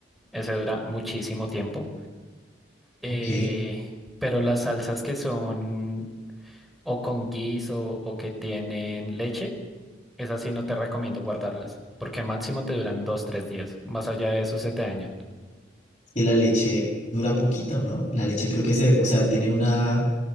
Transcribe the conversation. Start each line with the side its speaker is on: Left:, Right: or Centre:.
Centre: Ese dura muchísimo tiempo. Eh,
Left: Ok.
Centre: pero las salsas que son o con guiso o que tienen leche, esas sí no te recomiendo guardarlas, porque máximo te duran dos, tres días. Más allá de eso se te dañan.
Left: que la leche dura poquito, ¿no? La leche creo que se, o sea, tiene una,